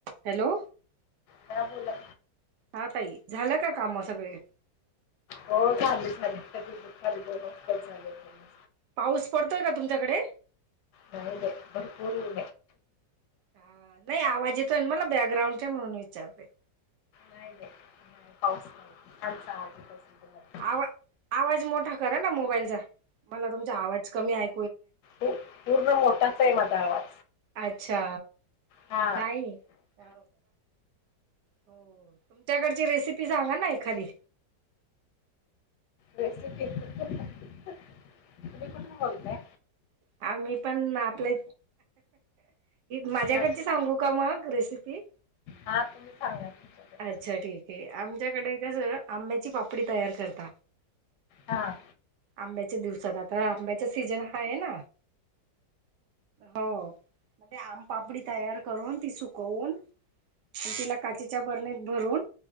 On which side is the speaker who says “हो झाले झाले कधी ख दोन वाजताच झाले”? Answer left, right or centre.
Left